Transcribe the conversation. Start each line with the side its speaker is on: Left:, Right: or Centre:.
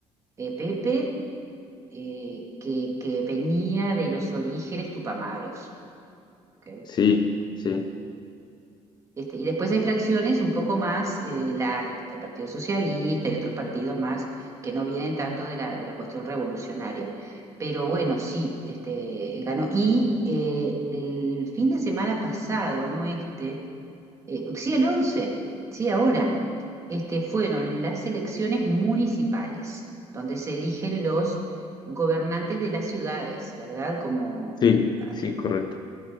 Right: eh, Pepe eh, que, que venía de los orígenes tupamaros. ¿ok?
Left: sí, sí,
Right: Este, y después hay fracciones un poco más eh, light, está el Partido Socialista y otros partidos más que no vienen tanto de la, de la cuestión revolucionaria. Pero bueno, sí, este, ganó. Y eh, el fin de semana pasado, no este, eh, sí, el 11. sí, ahora, este, fueron las elecciones municipales, donde se eligen los gobernantes de las ciudades, ¿verdad? Como,
Left: sí,
Right: ah,
Left: sí, correcto.